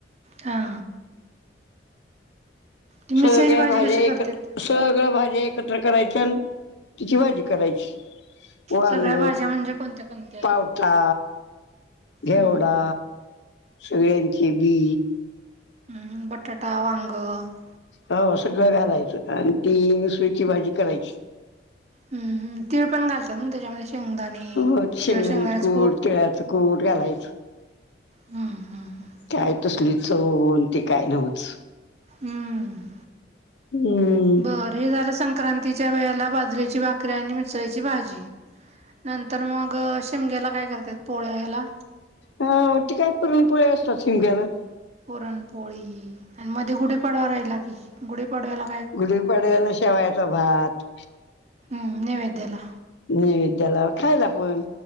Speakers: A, on the right; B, on the left.
A: हा. ती मिसळीची
B: सगळ्या
A: भाजी
B: भाज्या
A: कशी
B: एक,
A: करत्यात?
B: सगळ्या भाज्या एकत्र करायच्यान तिची भाजी करायची. वांग,
A: सगळ्या भाज्या म्हणजे कोणत्या कोणत्या?
B: पावटा, घेवडा
A: हम्म
B: सगळयांचे बी.
A: हम् बटाटा, वांग, -
B: हो सगळं घालायचं आणि ती सुक्की भाजी करायची.
A: हम्म तीळ पण घालतात ना त्याच्यामध्ये शेंगदाणे.
B: हो शेंगदाणाच
A: किंवा शेंगदाण्याच
B: कूट, तिळ्याचं कूट घालायच.
A: हम्म हम् ह.
B: काय तसली चव ते काय नव्हच.
A: हम्म,
B: हम्म
A: बर हे झालं संक्रांतीच्या वेळेला बाजरेची भा कऱ्या आणि मिसळीची भाजी. नंतर मग शिमग्याला काय करतेात पोळ्य हेला?
B: हो ति काय पुरून पोळ्या असतात शिमग्याला.
A: पुरणपोळी आणि मध्ये गुढीपाडवा राहिला की गुडी पाडव्या ला.
B: गुडी पाडव्यला शेवायचा भात.
A: हम्म नैव्यद्याला.
B: नैवेद्याला, खायला पण.